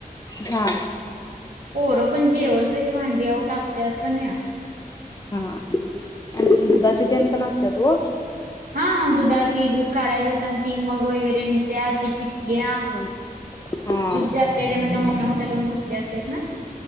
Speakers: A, on the left; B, on the right.
A: हा.
B: पोरं पण जेवल तशी भांडी आहो टाकत्यात का नाही या.
A: अ दुधाचे तेन पण असत्यात वो.
B: हा दुधाची दूध काढाय जात आणि ती मग वगैरे नेत्या ते किटल्या
A: हा. हा
B: जुज जास्त त्यानंतर ते मोठ्या मोठ्या दोन कुठले असतात ना.